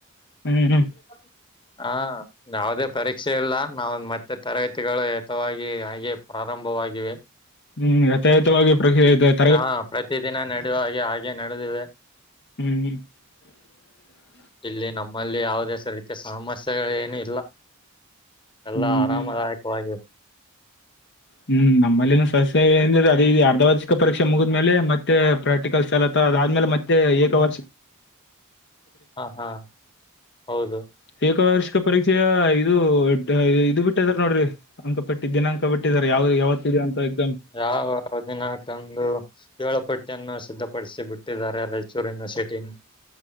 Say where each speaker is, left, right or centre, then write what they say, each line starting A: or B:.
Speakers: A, on the left; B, on the left.
A: ಹ್ಮ್ ಹ್ಮ್
B: ಹ <unintelligible> ಹಾ ಯಾವದೇ ಪರೀಕ್ಷೆ ಇಲ್ಲ ನಾವ ಮತ್ತೆ ತರಗತಿಗಳು ಯತವಾಗಿ ಹಾಗೆ. ಪ್ರಾರಂಭವಾಗಿವೆ.
A: ಹ್ಮ್ ಯಥಯತವಾಗಿ <unintelligible> <unintelligible>
B: ಹಾ ಪ್ರತಿದಿನ ನಡೆಯುವ ಹಾಗೆ ಹಾಗೆ ನಡದಿವೆ.
A: ಹ್ಮ್ ಹ್ಮ್ <inaudible>
B: ಇಲ್ಲಿ ನಮ್ಮಲ್ಲಿ ಯಾವುದೇ <unintelligible> ಸಾಮಸ್ಯೆಗಳೇನು ಇಲ್ಲ. ಎಲ್ಲ
A: ಹ್ಮ್
B: ಆರಾಮದಾಯಕವಾಗಿ.
A: ಹ್ಮ್ ನಮ್ಮಲ್ಲಿನು ಸಸ್ಯ ಅದೇ ಅರ್ಧ ವಾರ್ಷಿಕ ಪರೀಕ್ಷೆ ಮುಗಿದ್ಮೇಲೆ ಮತ್. ತ್ತೆ ಪ್ರಾಕ್ಟಿಕಲ್ ಚಾಲು ಆತವ್ ಅದಾದ್ಮೇಲೆ ಮತ್ತೆ ಏಕ ವಾರ್ಷಿ
B: ಹಾ ಹಾ ಹೌದು.
A: ಏಕವಾರ್ಷಿಕ ಪರೀಕ್ಷೆಯ ಇದು ಇದು ಬಿಟ್ಟದಾರ ನೋಡ್ರಿ ಅಂಕ ಪಟ್ಟಿ ದಿನಾಂಕ. ಬಿಟ್ಟಿದ್ದಾರೆ ಯಾವ್ದ ಯಾವತ್ತಿದೆ ಅಂತ ಎಕ್ಸಾಮ್.
B: ಯಾವ್ಯಾವ ದಿನಕಂದು. ವೇಳಪಟ್ಟಿಯನ್ನು ಸಿದ್ಧಪಡಿಸಿ ಬಿಟ್ಟಿದ್ದಾರೆ ರಾಯಚೂರಿನ್ ಸಿಟಿಯಿಂದ್.